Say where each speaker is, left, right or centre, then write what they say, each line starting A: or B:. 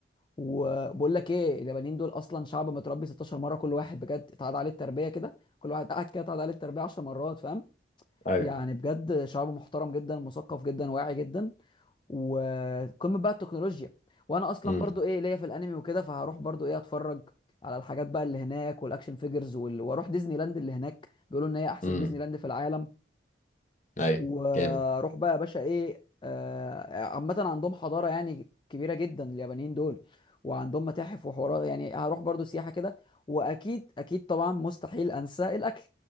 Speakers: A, on the left; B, on the left.
A: وبقول لك ايه اليابانيين دول اصلا شعب متربي 16 مره كل واحد بجد اتعاد عليه التربيه كده كل واحد قاعد كده اتعاد عليه التربيه 10 مرات فاهم
B: ايوه
A: يعني بجد شعب محترم جدا مثقف جدا واعي جدا وقمه بقى التكنولوجيا وانا اصلا
B: مم.
A: برضو ايه ليا في الانمي وكده فهروح برضو ايه اتفرج على الحاجات بقى اللي هناك والاكشن فيجرز وال... واروح ديزني لاند اللي هناك بيقولوا ان هي احسن
B: مم.
A: ديزني لاند في العالم
B: ايوه
A: واروح
B: جامد
A: بقى يا باشا ايه آه، عامة عندهم حضارة يعني كبيرة جدا اليابانيين دول وعندهم متاحف وحوارات يعني هروح برضو سياحة كده واكيد اكيد طبعا مستحيل انسى الاكل